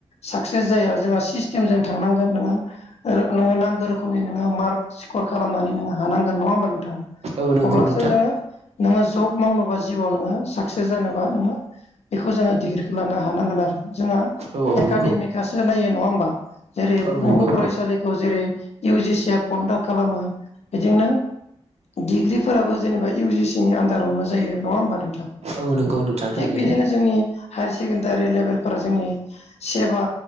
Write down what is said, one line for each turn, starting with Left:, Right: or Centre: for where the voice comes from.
Left: साक्सेस जाया जोंहा सिस्टेमजों थांनांगोन नोङो नो नांगौ रोखोमनि नोङो मार्क सिकर खालामनानै हानांगोन नङा होमबा नोंथां
Right: औ नंगौ
Left: अब्लासो
Right: नोंथां
Left: जोङो नोङो जब मावनोबा जिउआव नोङो साक्सेस जानोबा नोङो बेखौ जोङो डिग्रिखौ लानो हानांगोन आरो जोंहा
Right: औ औ
Left: एकाडेमिकआसो
Right: नंगौ
Left: नायो नङा होमबा जेरै
Right: औ
Left: बुहुम
Right: नंगौ
Left: फरायसालिखौ जेरै इउजि सिआ कन्डाक्ट खालामो बिदिनो डिग्रिफोराबो जेनेबा इउ जि सि नि आन्दारावनो जायो नङा होमब
Right: औ नंगौ नोंथां थारैनो
Left: थिग बिदिनो जोंनि हायार सेकेण्डारि लेभेल फोरा जोंनि सेबा